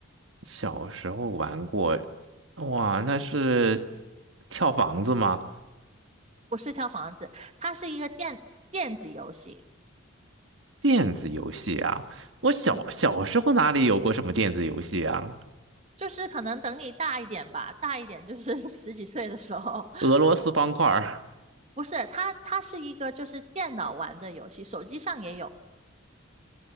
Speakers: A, on the right; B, on the right.
A: 小时候玩过，哇，那是跳房子吗？
B: 不是跳房子，它是一个电电子游戏。
A: 电子游戏啊，我小小时候哪里有过什么电子游戏啊？
B: 嗯。就是可能等你大一点吧，大一点就是 <laughs> 十几岁的时候，<laughs>
A: 俄罗斯方块儿、
B: 不是，它它是一个就是电脑玩的游戏，手机上也有，